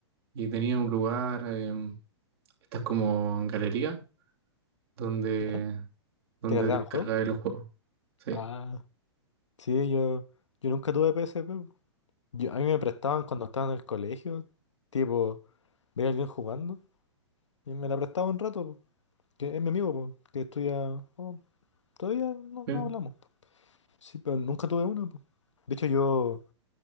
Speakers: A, on the right; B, on the left.
A: y tenía un lugar, em, estas como galería, donde
B: ¿Ya?
A: donde
B: ¿Te cargaban
A: te descargabas
B: juegos?
A: los juegos. Sí.
B: Ah, sí, yo, yo nunca tuve P PSP. po. Yo, a mí me prestaban cuando estaba en el colegio, tipo, veía a alguien jugando y me la prestaba un rato, po, que es mi amigo, po, que estudia... oh, todavía no,
A: Sí.
B: no hablamos, po. Sí, pero nunca tuve una, po. De hecho, yo,